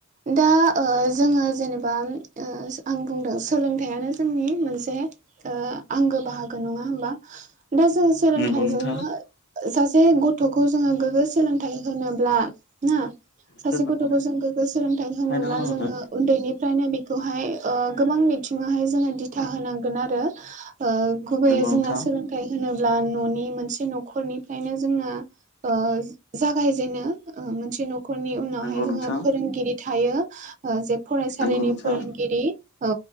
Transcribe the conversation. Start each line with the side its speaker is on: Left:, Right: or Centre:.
Right: दा ओ जोङो जेनेबा ओ आं बुंदों सोलोंथाइयानो जोंनि मोनसे ओ आंगो बाहागो नङा होमबा दा जों सोलोंथाइजोंनो
Left: नंगौ नोंथां
Right: सासे गथ'खौ जोङो गोग्गो सोलोंथाइ होनोब्ला ना सासे
Left: दोनना
Right: गथ'खौ
Left: थादो
Right: जों गोग्गो सोलोंथाइ होनोब्ला
Left: हायना गालांदो
Right: जोङो उन्दैनिफ्रायनो बेखौहाय ओ- गोबां मिथिङावहाय जोङो दिथा होनांगोन आरो ओ- गुबैयै
Left: नंगौ
Right: जोंना
Left: नोंथां
Right: सोलों फाथाय होनोब्ला न'नि मोनसे न'खरनिफ्रायनो जोंना ओ- जागायजेनो ओ- मोनसे न'खर उनावहाय
Left: नंगौ
Right: जोंङाहा
Left: नोंथां
Right: फोरोंगिरि थायो ओ- जे फरायसालिनि
Left: नंगौ नोंथां
Right: फोरोंगिरि औ